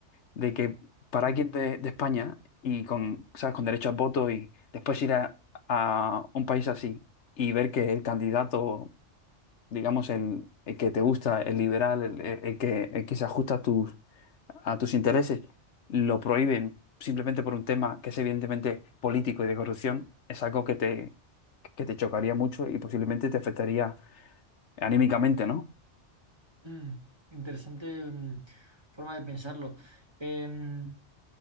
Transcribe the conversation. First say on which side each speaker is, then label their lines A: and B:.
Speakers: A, on the left; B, on the right.
A: de que para
B: Mm,
A: alguien de, de España y con, ¿sabes? con derecho a voto y después ir a, a un país así y ver que el candidato, digamos, el, el que te gusta, el liberal, el, el- el que, el que se ajusta a tus, a tus intereses, lo prohíben simplemente por un tema que es evidentemente político y de corrupción, es algo que te, que te chocaría mucho y posiblemente te afectaría anímicamente, ¿no?
B: mm. interesante mm, forma de pensarlo. Em,